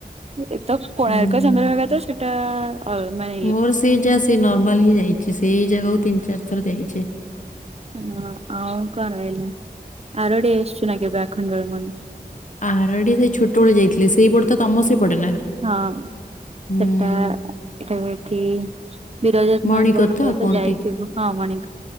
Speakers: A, on the right; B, on the left.
A: ଏ ତ କୋଣାର୍କ
B: ହୁଁ।
A: ଚନ୍ଦ୍ରଭାଗା ତ ସେଟା <unintelligible>
B: ମୋର ସେଇ ଯାହା ସେ ନର୍ମାଲ ହିଁ ଯାଇଛି ସେଇ ଜାଗାକୁ ତିନି ଚାରି ଥର ଯାଇଛି
A: ହଁ ଆଉ କଣ <unintelligible> ଆରୋଡ଼ି ଆସିଛୁ ନା କେବେ ଆଖଣ୍ଡଳମଣୀ
B: ଆରଡି ସେଇ ଛୋଟବେେଳେ ଯାଇଥିଲି ସେଇପଟେ ତମ ସେଇପଟେ ନା
A: ହଁ
B: ହୁଁ
A: ସେଟା <unintelligible> ଏଠି ବିରଜା
B: ମଣିକର
A: ମାଙ୍କ ମନ୍ଦିର
B: କୁହନ୍ତି
A: ତ ଯାଇଥିଲୁ ହଁ ମାଣିକ